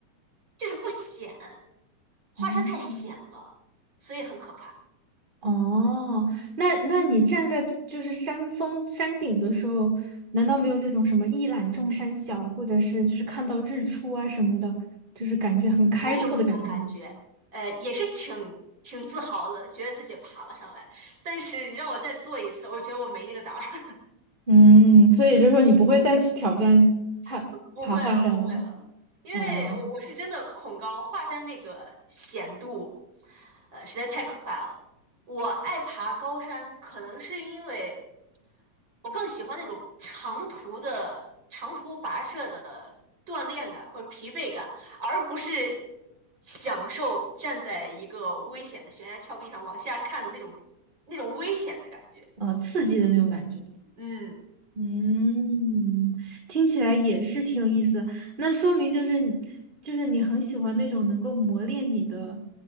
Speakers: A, on the right (about 40°); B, on the right (about 20°).
A: 就是不险，华山太险了，
B: 哦。
A: 所以很可怕。
B: 哦，那那你站在就是山峰山顶的时候，难道没有那种什么一览众山小，或者是就是看到日出啊什么的，就是感觉很开阔的感觉吗？
A: 会有那种感觉，呃，也是挺挺自豪的，觉得自己爬了上来。但是让我再做一次，我觉得我没那个胆儿。
B: 嗯，所以就是说你不会再去挑战爬爬华山了。
A: <laughs> 不会了，不会了，因为我我是真的恐高，
B: 哦，
A: 华山那个险度，呃，实在太可怕了。我爱爬高山，可能是因为。我更喜欢那种长途的、长途跋涉的锻炼感或者疲惫感，而不是享受站在一个危险的悬崖峭壁上往下看的那种、那种危险的感觉。
B: 呃，刺激的那种感觉。
A: 嗯，
B: 嗯，听起来也是挺有意思。那说明就是你就是你很喜欢那种能够磨练你的